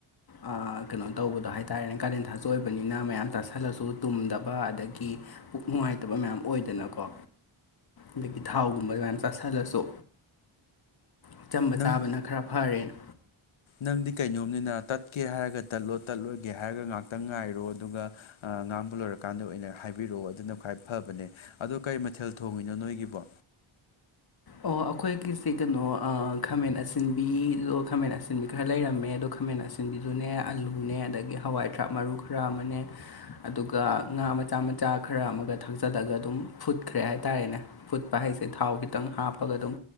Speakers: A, on the left (about 45°); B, on the left (about 70°).
A: ꯑꯥ ꯀꯩꯅꯣ ꯇꯧꯕꯗꯣ ꯍꯥꯏ ꯇꯥꯔꯦꯅꯦ ꯀꯥꯂꯦꯟ ꯊꯥꯁꯨ ꯑꯣꯏꯕꯅꯤꯅ ꯃꯌꯥꯝ ꯇꯥꯁꯜꯂꯁꯨ ꯇꯨꯝꯗꯕ ꯑꯗꯒꯤ ꯄꯨꯛ ꯅꯨꯡꯉꯥꯏꯇꯕ ꯃꯌꯥꯝ ꯑꯣꯏꯗꯅꯀꯣ ꯑꯗꯒꯤ ꯊꯥꯎꯒꯨꯝꯕ ꯃꯌꯥꯝ ꯆꯥꯥꯁꯜꯂꯁꯨ ꯑꯆꯝꯕ
B: ꯅꯪ
A: ꯆꯥꯕꯅ ꯈꯔ ꯐꯔꯦꯅ꯫
B: ꯅꯪꯗꯤ ꯀꯩꯅꯣꯝꯅꯤꯅ ꯇꯠꯀꯦ ꯍꯥꯏꯔꯒ ꯇꯠꯂꯣ ꯇꯠꯂꯣꯏꯒꯦ ꯍꯥꯏꯔꯒ ꯉꯥꯛꯇꯪ ꯉꯥꯏꯔꯣ ꯑꯗꯨꯒ ꯑ ꯉꯥꯡꯕ ꯂꯣꯏꯔꯀꯥꯟꯗ ꯑꯣꯏꯅ ꯍꯥꯏꯕꯤꯔꯛꯑꯣ ꯑꯗꯨꯅ ꯈ꯭ꯋꯥꯏ ꯐꯕꯅꯦ ꯑꯗꯣ ꯀꯩ ꯃꯊꯦꯜ ꯊꯣꯡꯉꯤꯅꯣ ꯅꯣꯏꯒꯤꯕꯣ
A: ꯑꯣ ꯑꯩꯈꯣꯏꯒꯤꯁꯦ ꯀꯩꯅꯣ ꯑꯥ ꯈꯥꯃꯦꯟ ꯑꯁꯤꯟꯕꯤꯗꯣ ꯈꯥꯃꯦꯟ ꯑꯁꯤꯟꯕꯤ ꯈꯔꯥ ꯂꯩꯔꯝꯃꯦ ꯑꯗꯣ ꯈꯥꯃꯦꯟ ꯁꯤꯟꯕꯤꯗꯨꯅꯦ ꯑꯂꯨꯅꯦ ꯑꯗꯒꯤ ꯍꯋꯥꯏ ꯊꯔꯥꯛ ꯃꯔꯨ ꯈꯔ ꯑꯃꯅꯦ ꯑꯗꯨꯒ ꯉꯥ ꯃꯆꯥ ꯃꯆꯥ ꯈꯔ ꯑꯃꯒ ꯊꯥꯛꯆꯜꯂꯒ ꯑꯗꯨꯝ ꯐꯨꯠꯈ꯭ꯔꯦ ꯍꯥꯏꯇꯥꯔꯦꯅꯦ ꯐꯨꯠꯄ ꯍꯥꯏꯁꯦ ꯊꯥꯎ ꯈꯤꯇꯪ ꯍꯥꯞꯄꯒ ꯑꯗꯨꯝ